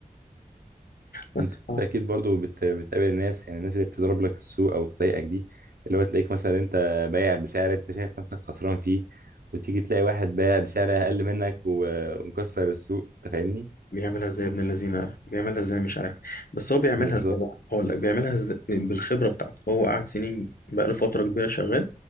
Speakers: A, on the left; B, on the right.
A: بس
B: انت
A: ف...
B: اكيد برضو بت... بتقابل الناس يعني الناس اللي بتضرب لك السوق او تضايقك دي اللي هو تلاقيك مثلا انت بايع بسعر انت شايف نفسك خسران فيه وتيجي تلاقي واحد بايع بسعر اقل منك و... ومكسر السوق انت فاهمني
A: بيعملها إزاي ابن الذين بيعملها إزاي مش عارف بس هو بيعملها
B: بالظبط
A: إزاي بقى أقول لك بيعملها إزاي بالخبرة بتاعته هو قاعد سنين بقى له فترة كبيرة شغال